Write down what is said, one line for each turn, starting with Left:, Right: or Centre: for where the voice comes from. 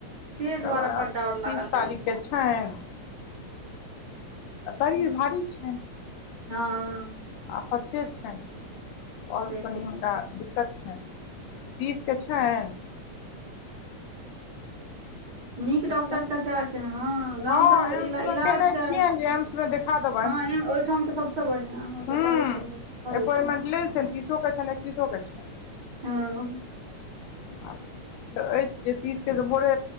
Right: से दुआरे
Left: तऽ वएह
Right: बड्ड डर
Left: तीस
Right: लागल रहै छै
Left: <unintelligible> शरीर भारी छैन
Right: हँ
Left: अपचे छैन <inaudible> और
Right: से
Left: कनि
Right: ठीके
Left: हुनका दिक दिक्कत छैन <inaudible> तीस के छैन
Right: नीक
Left: देखियौ
Right: डॉक्टर क सै छै ह गाम
Left: हँ
Right: स
Left: एम्समे
Right: इलाज
Left: केने
Right: के
Left: छियनि जे एम्समे
Right: <inaudible>
Left: देखा देबनि
Right: ओह ठम त सबसे बढ़िया
Left: हूँ अपॉइंटमेंट
Right: <inaudible>
Left: लेल छनि तीसोके छनि एकतीसोके छनि
Right: हँ
Left: <unintelligible> तऽ एछि जे तीसके भोरे